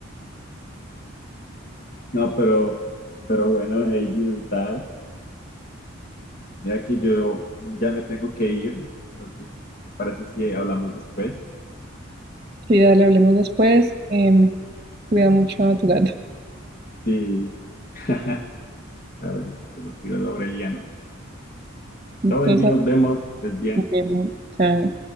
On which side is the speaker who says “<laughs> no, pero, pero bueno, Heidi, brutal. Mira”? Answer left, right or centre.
Left